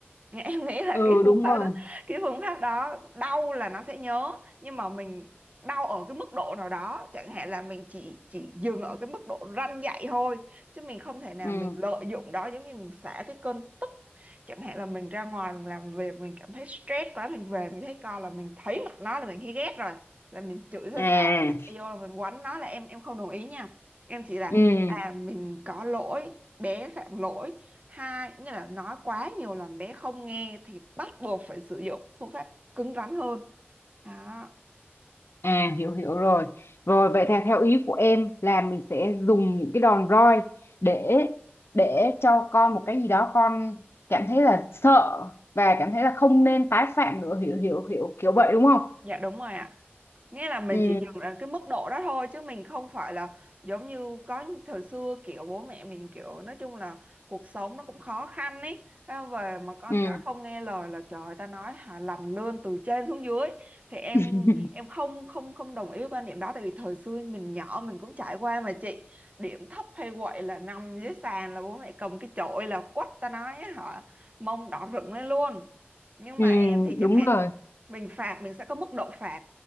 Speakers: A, on the right; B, on the left.
A: em nghĩ là
B: ừ
A: cái phương
B: đúng
A: pháp
B: rồi
A: đó cái phương pháp đó đau là nó sẽ nhớ nhưng mà mình đau ở cái mức độ nào đó chẳng hạn là mình chỉ chỉ dừng ở cái mức độ răn dạy thôi chứ mình không thể nào
B: ừ.
A: mình lợi dụng đó giống như mình xả cái cơn tức chẳng hạn là mình ra ngoài mình làm việc mình cảm thấy stress quá mình về mình thấy con là mình thấy mặt nó là mình thấy ghét rồi là mình chửi ra
B: À,
A: xả xả vô là mình quánh nó là em em không đồng ý nha em chỉ là
B: ừ.
A: à mình có lỗi bé phạm lỗi hai nghĩa là nói quá nhiều làm bé không nghe thì bắt buộc phải sử dụng phương pháp cứng rắn hơn đó
B: À hiểu hiểu rồi. Rồi vậy theo theo ý của em là mình sẽ dùng những cái đòn roi để để cho con một cái gì đó con cảm thấy là sợ và cảm thấy là không nên tái phạm nữa hiểu hiểu hiểu kiểu vậy đúng không?
A: Dạ đúng rồi ạ. Nghĩa là mình
B: Ừ
A: chỉ dừng ở cái mức độ đó thôi chứ mình không phải là giống như có thời xưa kiểu bố mẹ mình kiểu nói chung là cuộc sống nó cũng khó khăn ấy. Thế mà Về mà con
B: ừ
A: cả không nghe lời là trời ơi, ta nói hả làm lươn từ trên xuống dưới thì em
B: ừ <laughs>
A: em không không không đồng ý với quan điểm đó tại vì thời xưa mình nhỏ mình cũng trải qua mà chị điểm thấp hay quậy là nằm dưới sàn là bố mẹ cầm cái chổi là quất ta nói hả mông đỏ rực lên luôn. Nhưng
B: ừ,
A: mà em thì chẳng
B: đúng
A: hạn
B: rồi.
A: mình phạt mình sẽ có mức độ phạt